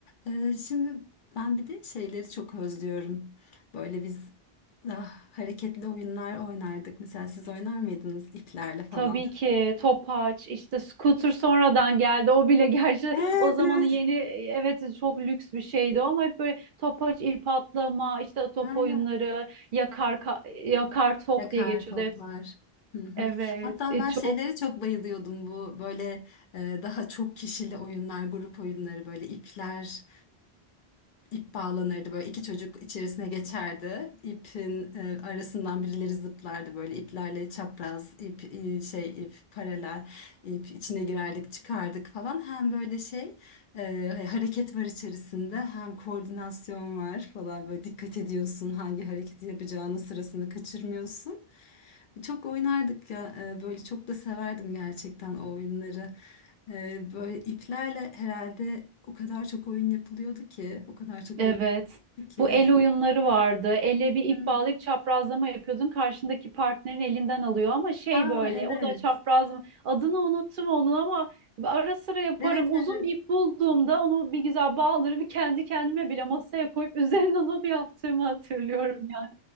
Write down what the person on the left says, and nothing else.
E, şimdi ben bir de şeyleri çok özlüyorum. Böyle biz daha hareketli oyunlar oynardık. Mesela siz oynar mıydınız iplerle falan?
Evet,
evet.
Aynen.
Yakar
toplar.
Hı hı.
Hatta
ben
şeylere çok bayılıyordum bu böyle e, daha çok kişili oyunlar, grup oyunları böyle ipler. İp bağlanırdı böyle iki çocuk içerisine geçerdi. İpin e, arasından birileri zıplardı böyle iplerle çapraz ip e, şey ip paralel ip içine girerdik çıkardık falan. Hem böyle şey e, hani hareket var içerisinde hem koordinasyon var falan böyle dikkat ediyorsun hangi hareketi yapacağını sırasını kaçırmıyorsun. Çok oynardık ya e, böyle çok da severdim gerçekten o oyunları. E, Böyle iplerle herhalde o kadar çok oyun yapılıyordu ki, o kadar çok
oyun yapılıyordu
ki.
<laughs>
Hı.
Aa
evet.
Evet
evet.